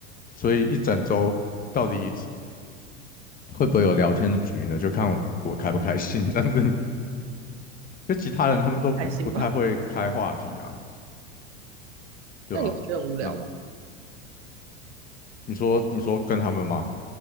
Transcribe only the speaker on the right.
开心吗？
那你会觉得很无聊吗？